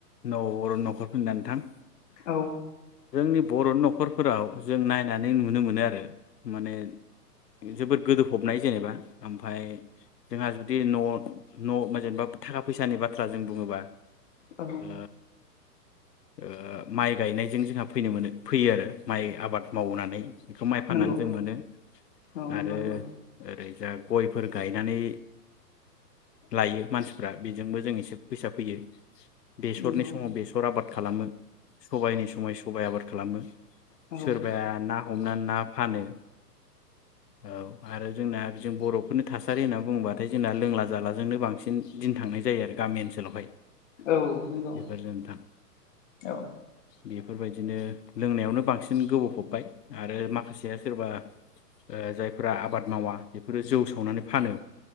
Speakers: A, on the left (about 75°); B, on the left (about 50°).
A: न' बरनि न'खरफोरनानैथां
B: औ
A: ओ जोंनि बर' न'खरफोराव जों नायनानै नुनो मोनो आरो माने जोबोद गोदो फबनाय जेनेबा ओमफाय जोंहा जुदि न' न' जेनेबा थाखा फैसानि बाथ्रा जों बुङोबा।
B: औ
A: ओ ओ माइ गायनायजों जोंहा फैनो मोनो फैयो आरो माइ आबाद मावनानै। बेखौ माइ फाननानै
B: नंगौ
A: जों मोनो
B: औ नंगौ
A: आरो ओरै जा गयफोर गायनानै लायो मानसिफ्रा बेजोंबो जों एसे फैसा फैयो। बेसरनि
B: नंगौ
A: समाव बेसर आबाद। खालामो सबाइनि समाय सबाइ आबाद खालामो।
B: नंगौ औ
A: सोरबाया ना हमनानै ना फानो। औ आरो जोंना जों बर'फोरनि थासारि होनना बुंङोबाथाय जोंना लोंला जालाजोंनो बांसिन दिन थांनाय जायो आरो गामि ओनसोलावहाय।
B: औ औ नंगौ
A: बेफोर नोंथां
B: औ।
A: बेफोरबायदिनो लोंनायावनो बांसिन गोबावफबबाय। आरो माखासेया सोरबा ओ जायफोरा आ बाद मावा बेफोरो जौ सावनानै फानो